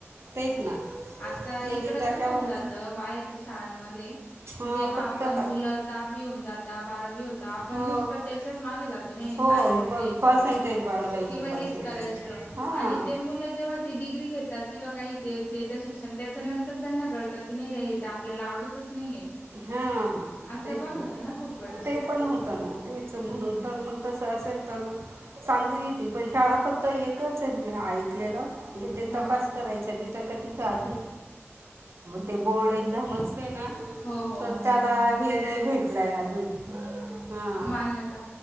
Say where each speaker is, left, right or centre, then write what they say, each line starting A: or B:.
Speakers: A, on the right (about 65°); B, on the left (about 65°).
A: तेच ना
B: आता इकडं
A: नाही ते त्याच्यावरच
B: कस होऊन जा बाहेरच्या शाळांमध्ये,
A: हां
B: जेव्हा
A: फक्त
B: आपण
A: हा-
B: मुलं दहावी होऊन जाता बारावी हो तर आपणं
A: हो
B: नुसतं त्याच्याच मागे जातो नाही नाही
A: हो
B: सायन्सच घ्यायचं,
A: पर्सेंटेज वाढवायचे
B: किंवा हेच
A: पर्सेंटेज
B: करायचं.
A: हां
B: आणि ते मुलं जेव्हा ती डिग्री घेता किंवा काही ते घेता शिक्षण त्याच्यानंतर त्यांना कळत. की नाही रे ते आपल्याला आवडतचं नाहीये.
A: हा,
B: असं
A: तेच
B: पण होतं
A: ना.
B: खूप वेळेस.
A: ते पण होतं ना तेचं
B: हम्म.
A: म्हणून तर मग तसं असेल तर मग. चांगली ती पण शाळा फक्त एकच आहे म्हणे ऐकलेलं. जिथे
B: हा
A: तपास करायच्या तिथ क तिथं अजून, ते बोर्ड एक्झाम असते ना?
B: हो हो
A: तर
B: हो
A: त्याला हे नाही भेटलंय अजून, हा.
B: मान्यता